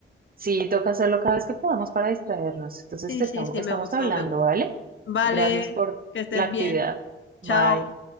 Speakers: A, on the right; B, on the left.
A: sí, toca hacerlo cada vez que podamos para distraernos. Entonces,
B: Sí,
A: te
B: sí,
A: estamos,
B: sí,
A: estamos
B: me gustó,
A: hablando,
B: me gustó.
A: ¿vale?
B: Vale,
A: Gracias por
B: que estés
A: la actividad.
B: bien.
A: Bye.
B: Chao.